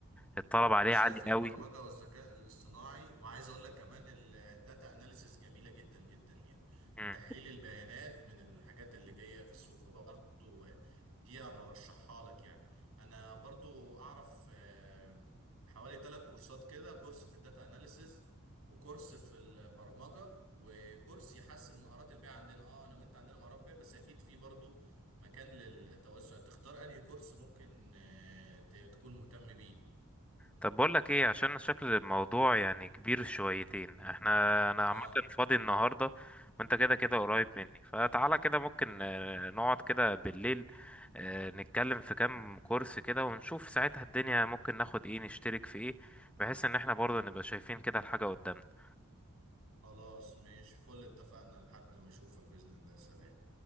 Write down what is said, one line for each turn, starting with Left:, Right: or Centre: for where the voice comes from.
Centre: الطلب عليه
Right: انا شايف
Centre: عالي
Right: البرمجه
Centre: قوي
Right: والذكاء الاصطناعي وعايز اقول لك كمان الداتا اناليسيس جميله جدا جدا يعني
Centre: مم.
Right: تحليل البيانات من الحاجات اللي جايه في السوق فبرضو دي انا رشحها لك يعني انا برضو اعرف آه، حوالي ثلاث كورسات كده كورس في الداتا اناليسيس وكورس في البرمجه وكورس يحسن مهارات البيع عندنا اه انا وانت عندنا مهارات بيع بس اكيد في برضو مكان للتوسع تختار انهي كورس ممكن آه، ت- تكون مهتم بيه
Centre: طب بقول لك ايه عشان شكل الموضوع يعني كبير شويتين احنا انا
Right: اه
Centre: عامه فاضي النهارده وانت كده كده قريب
Right: مم.
Centre: مني فتعالى كده ممكن آه، نقعد كده بالليل آه، نتكلم في كام كورس كده ونشوف ساعتها الدنيا ممكن ناخد ايه نشترك في ايه بحيث ان احنا برضه نبقى شايفين كده الحاجه قدامنا
Right: خلاص ماشي فل اتفقنا لحد ما اشوفك بإذن الله سلام